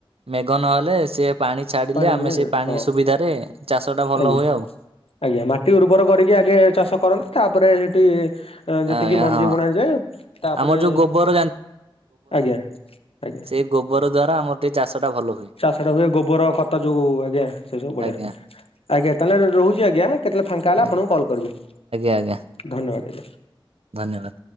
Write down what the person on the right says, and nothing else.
ମେଘ ନହେଲେ ସେ ପାଣି ଛାଡ଼ିଲେ
ଆମେ
ସେ ପାଣି
ସୁବିଧାରେ ଚାଷ ଟା ଭଲ
ହୁଏ ଆଉ।
ଆଜ୍ଞା
ହଁ
ଆମର ଯୋଉ ଗୋବର
ସେ ଗୋବର ଦ୍ୱାରା ଆମର ଟିକିଏ ଚାଷଟା ଭଲ ହୁଏ।
ଆଜ୍ଞା
ଆଜ୍ଞା
ଆଜ୍ଞା ଆଜ୍ଞା
ଧନ୍ୟବାଦ।